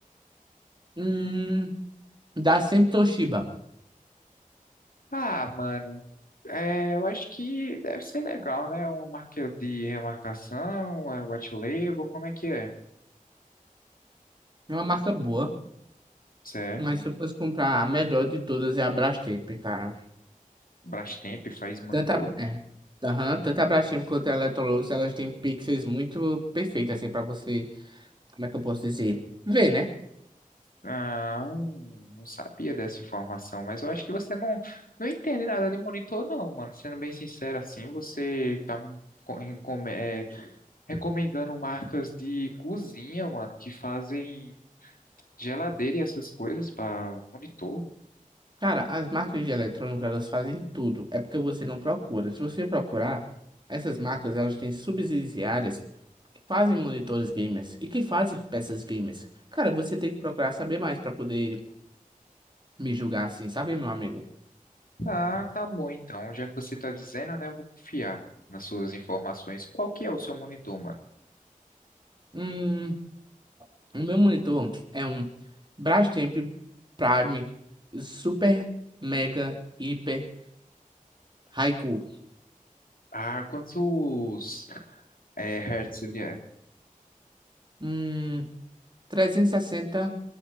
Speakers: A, on the right; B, on the left.
A: Hum, dá sempre Toshiba.
B: Ah, mano, é, eu acho que deve ser legal, né? Uma marca de remarcação, é white label, como é que é?
A: É uma marca boa.
B: Certo?
A: Mas se eu fosse comprar a melhor de todas é a Brastemp, cara.
B: Brastemp faz monitor?
A: Tanto a, é, aham, tanto a Brastemp quanto a Electrolux, elas têm pixels muito perfeitos, assim, pra você. Como é que eu posso dizer? Ver, né?
B: Ah, hum, não sabia dessa informação, mas eu acho que você não, não entende nada de monitor, não, mano. Sendo bem sincero assim, você tá me co- em- com- é, recomendando marcas de cozinha, mano, que fazem Geladeira e essas coisas para monitor?
A: Cara, as marcas de eletrônica, elas fazem tudo. É porque você não procura. Se você procurar, essas marcas, elas têm subsidiárias que fazem monitores gamers e que fazem peças gamers. Cara, você tem que procurar saber mais pra poder me julgar assim, sabe, meu amigo?
B: Ah, tá bom então. Já que você tá dizendo, né, eu vou confiar nas suas informações. Qual que é o seu monitor, mano?
A: Hum, o meu monitor é um Brastemp Prime Super Mega Hiper Haiku.
B: Ah, quantos é, hertz ele é?
A: Hum, trezentos e sessenta